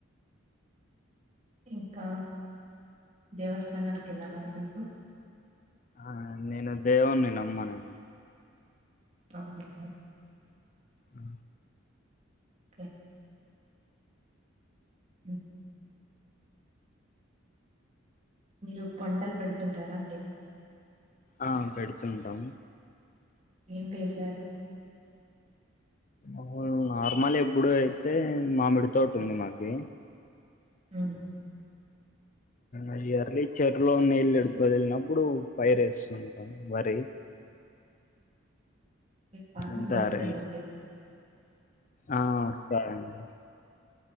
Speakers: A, on the right; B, on the left.
A: ఇంకా దేవస్థానాలకు వెళ్లాలా మీరు
B: ఆ నేను దేవుని నమ్మను
A: అవునా
B: ఆ
A: <unintelligible> హ్మ్ మీరు కొండల్ పెడుతుంటారాడి
B: ఆ పెడుతుంటామ్
A: ఏం వేశారు
B: ఓమ్ నార్మల్ ఎప్పుడు అయితే మామిడితోటి ఉంది మాకి
A: హ్మ్
B: అ ఎర్లీ చెర్ లో నీళ్ళు ఎక్కువ వదిలినప్పుడు పైరు వేస్తుంటాం వరి
A: మీకు ఫార్మింగ్
B: ఆ సరే
A: వస్తది అయితే
B: ఆ వరేండి